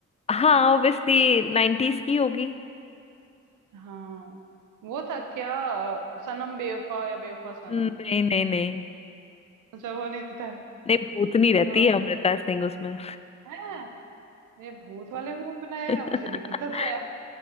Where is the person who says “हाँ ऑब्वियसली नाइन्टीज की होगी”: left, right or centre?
Left